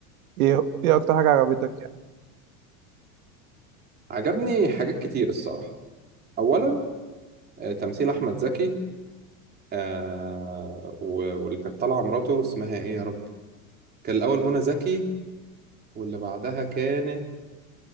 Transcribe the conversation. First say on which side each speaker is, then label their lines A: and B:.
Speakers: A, on the right; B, on the right.
A: ايه ايه اكتر حاجه عجبتك يعني
B: عجبني حاجات كتير الصراحة أولا آه، تمثيل أحمد زكي آه و- واللي كانت طالعة مراته اسمها ايه يا رب كان الأول منى زكي واللي بعدها كانت